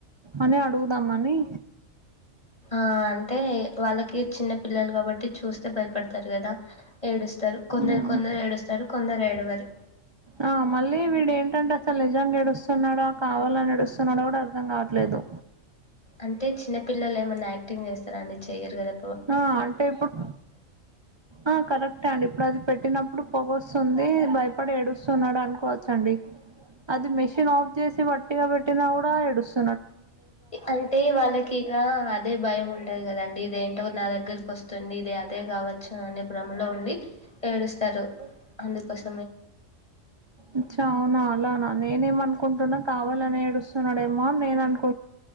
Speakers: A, on the right (about 25°); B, on the left (about 30°).
A: అని అడుగుదామని
B: ఆ! అంటే వాళ్ళకి చిన్న పిల్లలు కాబట్టి చూస్తే భయపడతారు కదా ఏడుస్తారు కొందలు
A: మ్మ్.
B: కొందరు ఏడుస్తారు కొందరు ఏడువరు
A: ఆ మళ్ళీ వీడు ఏంటంటే అసలు నిజంగా ఏడుస్తున్నాడో కావాలని ఏడుస్తున్నాడో కూడా అర్థం కావట్లేదు
B: అంటే చిన్నపిల్లలు ఎమన్నా యాక్టింగ్ చేస్తార అండి చెయరు కదా
A: ఆ అంటే ఇప్పుడు ఆ కరెక్టే అండి ఇప్పుడు అది పెట్టిన ఇప్పుడు పొగొస్తుంది భయపడి ఏడుస్తున్నాడు అనుకోవచ్చండి అది మెషన్ ఆఫ్ చేసి వట్టిగా పెట్టినా కూడా ఎడుస్తు
B: అంటే వాళ్ళకి ఇలా అదే భయం ఉంటది కదండి ఇదేంటో నా దగ్గరకి వస్తుంది ఇది అదే కావచ్చు అని భ్రమలో ఉండి ఏడుస్తారు అందుకొస
A: అచ్చా అవున అలానా నేనేమ అనుకుంటున్నా కావాలని ఏడుస్తున్నాడేమో నేను అనుకు